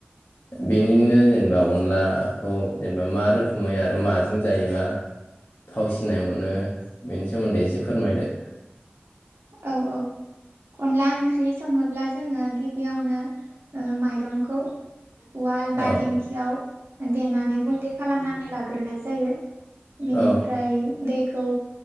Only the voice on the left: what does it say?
बेनिनो जेनब- जेनबा अनलाखौ जेनेबा मा रोखोमै आरो माजों जायोबा थाव सिननाय मोनो बेनि सोमोन्दै एसे फोरमायदो।
औ
औ